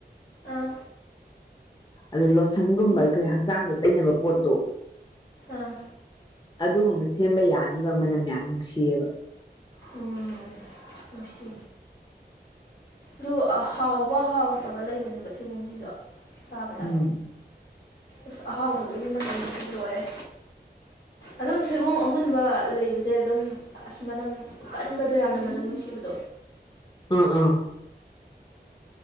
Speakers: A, on the left; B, on the left.
A: ꯑꯥ
B: ꯑꯗ ꯂꯣꯠꯁꯟꯒꯨꯝꯕ ꯑꯩꯈꯣꯏ ꯍꯛꯆꯥꯡꯗ ꯇꯩꯅꯕ ꯄꯣꯠꯇꯣ
A: ꯑꯥ
B: ꯑꯗꯨꯒꯨꯝꯕ ꯁꯦꯝꯕ ꯌꯥꯅꯤꯕ ꯑꯃꯅꯝ ꯃꯌꯥꯝ ꯅꯨꯡꯁꯤꯌꯦꯕ
A: ꯎꯝ ꯑꯁꯤ ꯑꯗꯨ ꯍꯥꯎꯕ ꯍꯥꯎꯇꯕ ꯂꯩꯕꯅꯦꯕ ꯊꯩꯕꯨꯡꯁꯤꯁꯨ ꯁꯥꯕꯗ
B: ꯎꯝ
A: ꯑꯁ ꯑꯍꯥꯎꯕꯗꯨꯒꯤ ꯃꯇꯝꯗꯨꯗꯤ ꯂꯣꯏꯔꯦ ꯑꯗꯨꯝ ꯊꯩꯕꯣꯡ ꯑꯃꯨꯟꯕ ꯂꯩꯕꯁꯦ ꯑꯗꯨꯝ ꯑꯁ ꯃꯅꯝ ꯀꯟꯕꯗꯣ ꯌꯥꯝꯅ ꯃꯅꯝ ꯅꯨꯡꯁꯤꯕꯗꯣ
B: ꯑꯥ ꯑꯥ